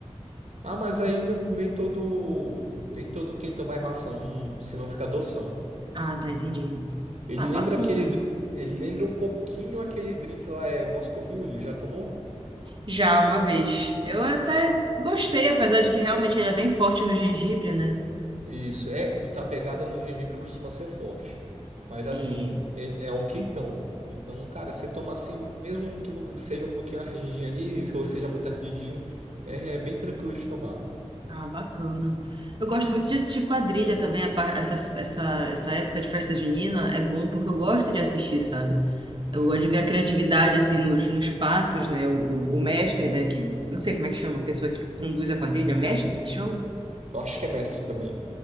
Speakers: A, on the right; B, on the right.
A: Ah, mas aí não- nem todo nem todo quentão vai maçã, não, se não fica adoção.
B: Ah, tá, entendi.
A: Ele
B: Ah, bacana.
A: lembra aquele dri- ele lembra um pouquinho aquele drink lá é Moscow Mule, já tomou?
B: Já uma vez. Eu até gostei, apesar de que realmente ele é bem forte no gengibre, né?
A: Isso, é, então a pegada no gengibre costuma ser forte. Mas assim,
B: É.
A: ele- é um quentão. Então, cara, você toma assim, mesmo que seja um pouquinho ardidinho ali, ou seja muito ardidinho, é, é bem tranquilo de tomar.
B: Ah, bacana. Eu gosto muito de assistir quadrilha também, a fa- essa, essa, essa época de festa junina é bom porque eu gosto de assistir, sabe?
A: Assim,
B: Eu gosto de ver a criatividade, assim, nos, nos passos, né? O, o, o mestre, né? Que, não sei como é que chama, a pessoa que conduz a quadrilha, mestre que chama?
A: eu acho que é mestre também.